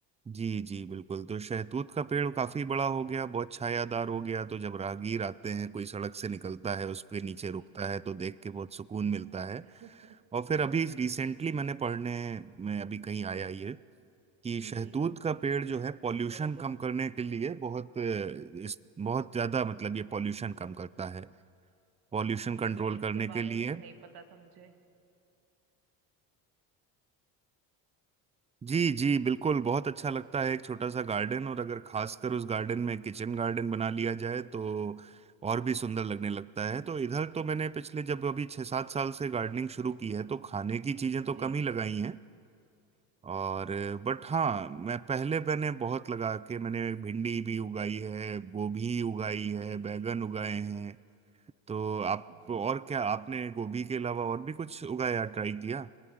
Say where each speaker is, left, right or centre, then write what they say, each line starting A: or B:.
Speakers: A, on the right; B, on the right.
A: जी जी बिल्कुल तो शहतूत का पेड़ काफी बड़ा हो गया बहुत छायादार हो गया तो जब राहगीर आते हैं कोई सड़क से निकलता है उसके नीचे
B: जी
A: रुकता है तो देख के बहुत सुकून मिलता है
B: <laughs>
A: और फिर अभी रिसेंटली मैंने पढ़ने में अभी कहीं आया ये कि
B: जी
A: शहतूत का पेड़ जो है पॉल्यूशन कम करने के लिए बहुत अ, इस बहुत ज्यादा मतलब ये पॉल्यूशन कम करता है पॉल्यूशन
B: ओके
A: कंट्रोल
B: ओके इसके
A: करने
B: बारे
A: के लिए
B: में तो नहीं पता था मुझे
A: जी जी बिल्कुल बहुत अच्छा लगता है एक छोटा सा गार्डन और अगर खासकर उस गार्डन
B: जी
A: में किचन गार्डन बना लिया जाए तो और भी सुंदर लगने लगता है तो इधर तो मैंने पिछले जब अभी छः सात साल से गार्डनिंग शुरू की है तो खाने की चीज़ें तो
B: जी
A: कम ही लगाई हैं और बट हाँ मैं पहले मैंने बहुत लगा के मैंने भिंडी भी उगाई है गोभी उगाई है
B: जी
A: बैगन
B: जी
A: उगाए हैं तो आप
B: जी
A: और क्या आपने गोभी के अलावा और भी कुछ उगाया ट्राई किया